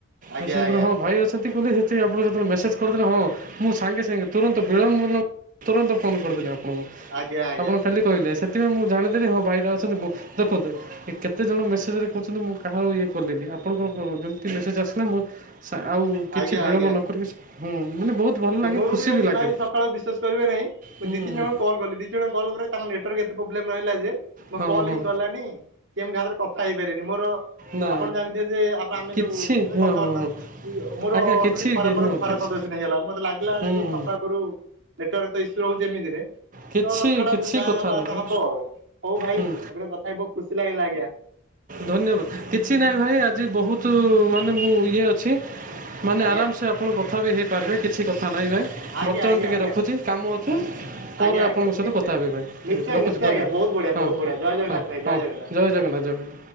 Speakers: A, on the right; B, on the right.
A: ଆଜ୍ଞା
B: ମେସେଜ୍,
A: ଆଜ୍ଞା
B: ହଁ ଭାଇ ଅଛନ୍ତି ବୋଲି। ସେ ଆପଣଙ୍କୁ ଯେତବେଳେ ମେସେଜ୍ କରିଥିଲେ ହଁ ମୁଁ ସାଙ୍ଗେ ସାଙ୍ଗେ ତୁରନ୍ତ ବିଳମ୍ବ ତୁରନ୍ତ ଫୋନ କରିଦେଲି ଆପଣ,
A: ଆଜ୍ଞା ଆଜ୍ଞା
B: ଆପଣ ଖାଲି କହିଲେ ସେ ସେଥିପାଇଁ ମୁଁ ଜାଣିଥିଲି ହଁ ଭାଇଟା ଅଛନ୍ତି ମୁଁ କରିଦେବେ। କେତେଜଣ ମେସେଜେରେ କହୁଛନ୍ତି ମୁଁ କାହା ଇଏ କଲିନି। ଆପଣଙ୍କ ଯେମିତି ମେସେଜ୍ ଆସିଲା ମୁଁ ଆଉ କିଛି
A: ଆଜ୍ଞା
B: ବିଳମ୍ବ
A: ଆଜ୍ଞା।
B: ନ କରିକି ହଁ ମାନେ ବହୁତ ଭଲ ଲାଗେ।
A: ଆଗୁରୁବି
B: ଖୁସି
A: ଆଜି
B: ବି ଲାଗେ
A: ଭାଇ ସକାଳୁ ବିସେସ୍ କରିବେ ନାହିଁ।
B: ହୁଁ
A: ଦିତିନୀଜଣଙ୍କୁ
B: ହୁଁ
A: କଲ୍ କଲି ଦିତିନି ଜଣ କଲ୍ ପରେତାଙ୍କ ନେଟେଆକ୍ ବିଜୁଳି ମାଇଲା ଯେ -ମୋ
B: ହଁ
A: କଲ୍
B: ହଁ
A: ହିଁ ଗଲାନି କି କାହା ସାଙ୍ଗରେ କଥା ହେଇପାରିନି, ମୋର
B: ନା
A: ଆପଣ ଜାଣିଥିବେ ଯେ ଆମେ, ଆମେ
B: କିଛି
A: ଯୋଉ
B: ହଁ
A: କଥାବାର୍ତ୍ତା
B: ହଁ ହଁ
A: ମୋର
B: ଆଜ୍ଞା କିଛି
A: ଅଟୁଳୀ ଖରା ମୋର
B: ହଁ
A: ଖରାପ
B: କିଛି
A: ମତେ ସେ ନେଇଗଲା ମତେ ଲାଗିଲା
B: ହୁଁ
A: ଯେମିତି
B: ହୁଁ
A: -ସକାଳୁ ପହରୁ ନେଟୱାର୍କ ତ ଇସ୍ୟୁ ରହୁଛି ଏମିତିରେ
B: କିଛି
A: ତ ଛାଡନ୍ତୁ
B: କିଛି
A: ଯାହା ହବା କଥା
B: ନାହିଁ
A: ହବ ଆଉ, ହଉ ଭାଇ
B: ହୁଁ
A: <unintelligible> ଗୋଟେ କଥା ହେଇବ ଖୁସି ଲାଗିଲା ଆଜ୍ଞା।
B: ଧନ୍ୟବାଦ, କିଛି ନାହିଁ ଭାଇ ଆଜି ବହୁତ ମାନେ ମୁଁ ଇଏ ଅଛି। ମାନେ
A: ଆଜ୍ଞା
B: ଆରାମସେ ଆପଣ କଥା ବି ହେଇପାରିବେ କିଛି କଥା ହଁ ନାଇଁ, ନାଇଁ,
A: ଆଜ୍ଞା
B: ବର୍ତ୍ତମାନ
A: ଆଜ୍ଞା
B: ଟିକେ
A: ଆଜ୍ଞା।
B: ରଖୁଛି କାମ ଅଛି, ପରେ
A: ଆଜ୍ଞା
B: ଆପଣଙ୍କ
A: ଆଜ୍ଞା
B: ସହିତ
A: ନିଶ୍ଚୟ
B: କଥା ହେବି ଭାଇ, ଠିକ୍
A: ନିଶ୍ଚୟ
B: ଅଛି ରଖୁଛି।
A: ନିଶ୍ଚୟ
B: ଧନ୍ୟବାଦ,
A: ଆଜ୍ଞା ବହୁତ ବଢ଼ିଆ
B: ହଁ
A: ବହୁତ
B: ହ
A: ବଢ଼ିଆ ଜୟ ଜଗନ୍ନାଥ
B: ହଁ
A: ଭାଇ
B: ହଁ
A: ଜୟ ଜଗନ୍ନାଥ।
B: ଜୟ ଜଗନ୍ନାଥ, ଜୟ ଜଗନ୍ନାଥ